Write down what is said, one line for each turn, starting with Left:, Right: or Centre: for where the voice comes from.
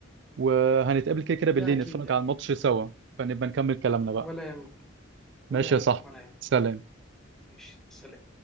Right: وهنتقابل كده كده بالليل
Centre: لا اكيد
Right: نتفرج
Centre: اكيد
Right: على الماتش سوا فنبقى نكمل كلامنا بقى
Centre: ولا يهمك
Right: ماشي
Centre: ولا يهمك
Right: يا صاحبي
Centre: ولا يهمك
Right: سلام
Centre: ماشي سلام